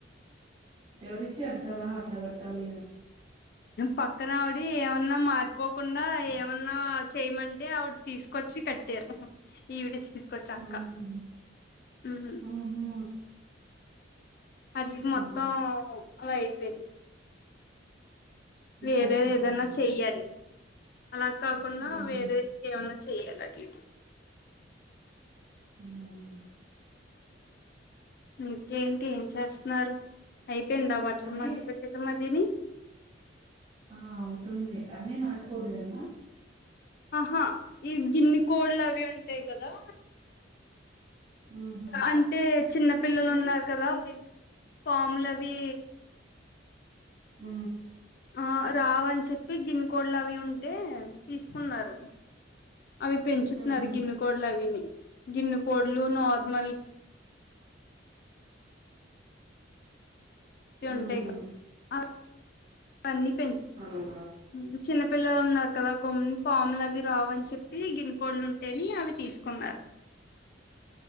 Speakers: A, on the right; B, on the left.
A: ఎవరిచ్చారు సలహా అట్లా పెట్టాలి అని
B: పక్కన ఆవిడి ఏమన్నా మారిపోకుండా ఏమన్నా చేయమంటే ఆవిడు తీసుకొచ్చి కట్ తీర్ధం ఈవిడ తీసుకొచ్చ అక్క
A: ఉహు,
B: మ్
A: ఉహు,
B: అజిగ్ మొత్తం
A: ఉమ్,
B: అలా అయిపోయింద్
A: అలా
B: వేరే
A: అయిపోయిందా
B: ఏదన్నా చెయ్యాలి అలా కాకుండా
A: ఉహు,
B: వేరే ఇంక ఏమన్నా చెయ్యాలి అటు ఇటు
A: ఉహు.
B: ఇంకేంటి ఏం చేస్తున్నారు అయిపోయిందా బట్టలు
A: అన్నీ
B: మడతపేట్ చిట్టమ్మ తిని
A: ఆ అవుతుంది అని నాటుకోడలేనా
B: ఆహా ఈ గిన్ని కోళ్ళు అవి ఉంటాయి కదా
A: ఉహు,
B: అంటే చిన్న పిల్లలు ఉన్నారు కదా పాములు అవి
A: ఉ
B: ఆ రావని చెప్పి గిన్ కోళ్లు అవి ఉంటే తీసుకున్నారు అవి పెంచుతున్నారు
A: ఉహు,
B: గిన్నె కోళ్లులు అవిని గిన్నె కోళ్లు నార్మల్ అవి ఉంటాయి
A: ఉహు.
B: అవన్నీ పెంచ
A: అవునా
B: ఉ చిన్నపిల్లలు ఉన్నారు కదా గమ్ముని పామ్లు అవి రావని చెప్పి గిన్ కోళ్లు ఉంటేని అవి తీసుకున్నారు